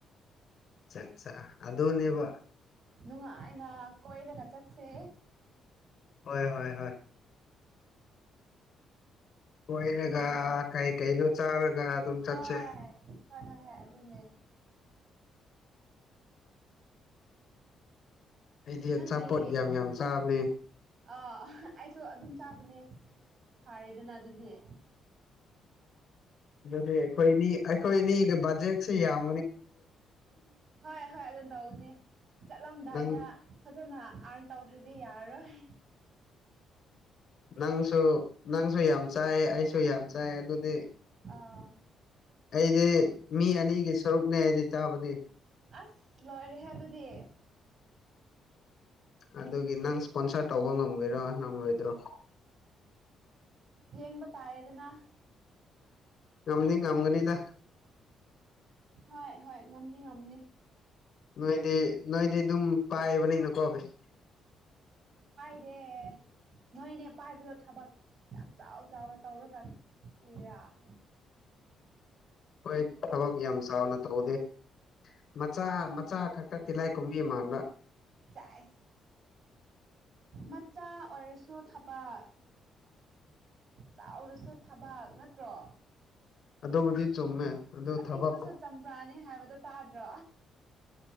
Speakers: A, on the left; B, on the right.
A: ꯆꯥꯆꯥ ꯑꯗꯨꯅꯦꯕ
B: ꯅꯨꯡꯉꯥꯏꯅ ꯀꯣꯏꯔꯒ ꯆꯠꯁꯦ
A: ꯍꯣꯏ ꯍꯣꯏ ꯍꯣꯏ ꯀꯣꯏꯔꯒ
B: ꯀꯔꯤꯒꯨꯝ
A: ꯀꯩ ꯀꯩꯅꯣ ꯆꯥꯔꯒ ꯑꯗꯨꯝ
B: ꯍꯣꯏ
A: ꯆꯠꯁꯦ
B: ꯍꯣꯏ ꯍꯣꯏ ꯕꯅꯦ
A: ꯑꯩꯗꯤ
B: ꯅꯪꯒꯤ
A: ꯑꯆꯥꯄꯣꯠ ꯌꯥꯝ ꯌꯥꯝ ꯆꯥꯕꯅꯦ
B: ꯑ ꯑꯩꯁꯨ ꯑꯗꯨꯝ ꯆ ꯑꯗꯨꯅꯦ ꯐꯥꯔꯦꯗꯅ ꯑꯗꯨꯁ
A: ꯑꯗꯨꯗꯤ ꯑꯩꯈꯣꯏꯅꯤ ꯑꯩꯈꯣꯏꯅꯤ ꯕꯖꯦꯠꯁꯦ ꯌꯥꯝ
B: ꯍꯣꯏ ꯍꯣꯏ ꯑꯗꯨꯝ ꯇꯧꯅꯦ ꯆꯠꯂꯝꯗꯥꯏꯗ
A: ꯅꯪ
B: ꯐꯖꯅ ꯑꯥꯔꯟ ꯇꯧꯗ꯭ꯔꯗꯤ ꯌꯥꯔꯔꯣꯏ
A: ꯅꯪꯁꯨ ꯅꯪꯁꯨ ꯌꯥꯝ ꯆꯥꯏ ꯑꯩꯁꯨ ꯌꯥꯝ ꯆꯥꯏ ꯑꯗꯨꯗꯤ
B: ꯑꯥ
A: ꯑꯩꯗꯤ ꯃꯤ ꯑꯅꯤꯒꯤ ꯁꯔꯨꯛꯅꯦ ꯑꯩꯗꯤ ꯆꯥꯕꯅꯤ
B: ꯑꯁ ꯂꯣꯏꯔꯦꯍꯦ ꯑꯗꯨꯗꯤ
A: ꯑꯗꯨꯒꯤ ꯅꯪ ꯏꯁꯄꯣꯟꯁꯔ ꯇꯧꯕ ꯉꯃꯒꯗꯔꯥ ꯉꯝꯃꯣꯏꯗ꯭ꯔꯣ
B: ꯌꯦꯡꯕ ꯇꯥꯔꯦꯗꯅ
A: ꯉꯝꯗꯤ ꯀꯝꯒꯅꯤꯗ
B: ꯍꯣꯏ ꯍꯣꯏ ꯉꯝꯅꯤ ꯉꯝꯅꯤ
A: ꯅꯣꯏꯗꯤ ꯅꯣꯏꯗꯤ ꯑꯗꯨꯝ ꯄꯥꯏꯕꯅꯤꯅ ꯀꯣ ꯀꯩꯁꯨ
B: ꯑꯦ ꯅꯣꯏꯅꯦ ꯄꯥꯏꯕꯗ ꯊꯕꯛ ꯌꯥꯝ ꯆꯥꯎ ꯆꯥꯎꯅ ꯇꯧꯔꯒ ꯀꯔꯤꯔꯥ <inaudible>
A: ꯍꯣꯏ ꯊꯕꯛ ꯌꯥꯝ ꯆꯥꯎꯅ ꯇꯧꯗꯦ ꯃꯆꯥ ꯃꯆꯥ ꯈꯛꯇ ꯇꯤꯂꯥꯏ ꯈꯨꯝꯕꯤ ꯃꯥꯥꯟꯕꯥ
B: ꯆꯥꯏ ꯃꯆꯥ ꯑꯣꯏꯔꯁꯨ ꯊꯕꯛ ꯆꯥꯎꯔꯁꯨ ꯊꯕꯛ ꯅꯠꯇ꯭ꯔꯣ
A: ꯑꯗꯨꯕꯨꯗꯤ ꯆꯨꯝꯃꯦ ꯑꯗꯨ
B: ꯑꯄꯤꯛꯄꯁꯨ
A: ꯊꯕꯛ
B: ꯆꯝꯄ꯭ꯔꯥꯅꯦ ꯍꯥꯏꯕꯗꯣ ꯇꯥꯗ꯭ꯔꯣ